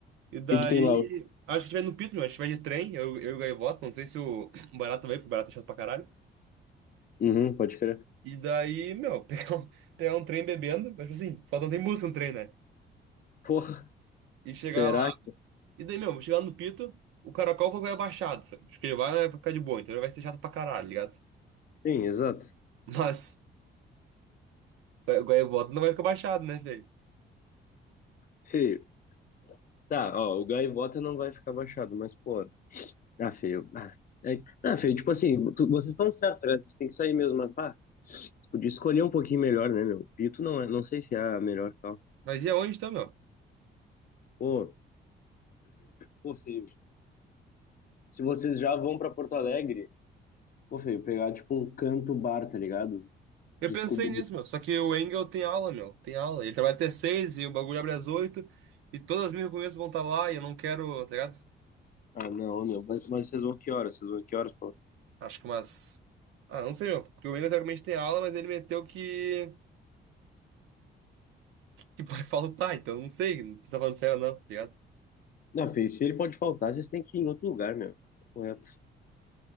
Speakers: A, on the right; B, on the left.
A: E daí,
B: que que tem lá hoje?
A: acho que a gente vai no Pito, meu, a gente vai de trem, eu, eu e o gaivota, não sei se o <coughs> <clears throat> o vai, porque o Barata é chato pra caralho.
B: Uhum, pode crer.
A: E daí, meu, <laughs> pegar um, pegar um trem bebendo, mas tipo assim, só não tem música no trem, né?
B: Porra,
A: E chegar
B: será?
A: lá. E daí, meu, chegando no Pito, o caracol foi Goiaba baixado, sabe? Acho que ele vai ficar de boa, então ele vai ser chato pra caralho, tá ligado?
B: Sim, exato.
A: <laughs> Mas o Goiabota não vai ficar baixado, né, velho?
B: Feio. Tá, ó, o Gaivota não vai ficar baixado, mas, pô, ah, feio. Ah, é, ah, feio, tipo assim, tu- vocês estão certos, né? A gente tem que sair mesmo, mas, pá, você podia escolher um pouquinho melhor, né, meu? Pito não é, não sei se é a melhor tal.
A: Mas e aonde tá, meu?
B: Pô, pô, feio. Se vocês já vão pra Porto Alegre, pô, feio, pegar, tipo, um canto bar, tá ligado?
A: Eu
B: Descobrir.
A: pensei nisso, meu. Só que o Engel tem aula, meu. Tem aula. Ele trabalha até seis e o bagulho abre às oito. E todas as minhas recomendações vão estar lá e eu não quero, tá ligado?
B: Ah, não, meu, mas, mas vocês vão que horas? Vocês vão que horas, pô?
A: Acho que umas. Ah, não sei, meu. Porque o Engel teoricamente tem aula, mas ele meteu que. que <laughs> vai faltar, então não sei se tá falando sério ou não, tá ligado?
B: Não, feio, se ele pode faltar, vocês têm que ir em outro lugar, meu. Correto,